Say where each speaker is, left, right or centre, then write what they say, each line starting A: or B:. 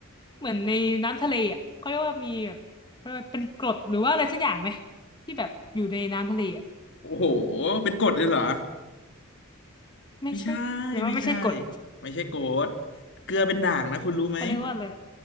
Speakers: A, on the left; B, on the left.
A: เหมือนในน้ำทะเลอ่ะเขาเรียกว่ามีแบบเขาเรียกว่าเป็นกรดหรือว่าอะไรสักอย่างไหมที่แบบอยู่ในน้ำทะเลอ่ะ
B: โอ้โหเป็นกฎเลยเหรอ
A: ไม่ใช่แสดงว่าไม่ใช่กรด
B: ไม่ใช่ไม่ใช่ไม่ใช่โกดเกลือเป็นด่างนะคุณรู้ไหม
A: เขาเรียกว่าอะไร